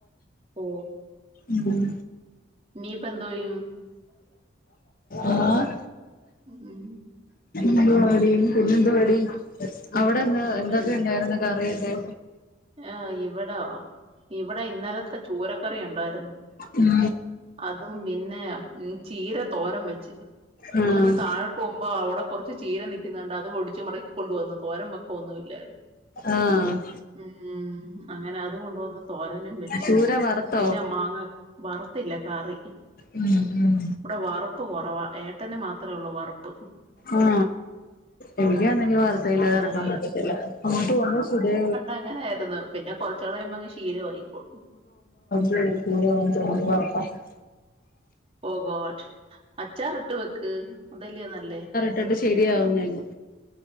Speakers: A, on the right; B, on the left.
A: ഓ
B: ഉം
A: നീ പ എന്തോയും
B: ആഹ്
A: ഉം
B: ന്ത്വാടി പിന്നെന്ത്വാടി അവിടെന്ന് എന്തൊക്കെ
A: പിന്നെ
B: ഉണ്ടായിര്ന്ന് കറിവച്ചെ
A: ആഹ് ഇവിടോ ഇവിടെ ഇന്നലത്തെ ചൂരക്കറി ഉണ്ടായിരുന്നു
B: ഉം
A: അതും പിന്നെ ചീര തോരം വെച്ച്
B: ആഹ്
A: ഇവിടുന്ന് താഴ പോകുമ്പോൾ അവിടെ കുറച്ച് ചീര നിക്കുന്നുണ്ട് അത് ഒടിച്ച് മടക്കിക്കൊണ്ട് വന്നു തോരം വെക്കാൻ ഒന്നും ഇല്ലായിരുന്നു
B: ആഹ്
A: ഉം അങ്ങനെ അത് കൊണ്ടുവന്ന് തോരനും വെച്ച്
B: ചൂര വറുത്തോ
A: പിന്നെ മാങ്ങ വറുത്തില്ല കറി
B: ഉം ഉം
A: ഇവിടെ വറുപ്പ് കുറവാ ഏട്ടന് മാത്രമേ ഉള്ളൂ വറുപ്പ്
B: ആ എനിക്കാണെങ്കി
A: ഉം
B: വാർത്തയില്ലാത
A: കറി
B: എറക്കാൻ പറ്റത്തില്ല അങ്ങോട്ട് പോന്നു സുധേ
A: അങ്ങനെയായിരുന്നു പിന്നെ കൊറച്ചാള് കഴിപോ ശീലമായിക്കോളും
B: <unintelligible>
A: പോകോട്ട അച്ചാറ് ഇട്ട് വെക്ക് അതല്ലയെ നല്ലേ
B: ഇട്ടോട്ട് ശരിയാവുന്നരുന്നു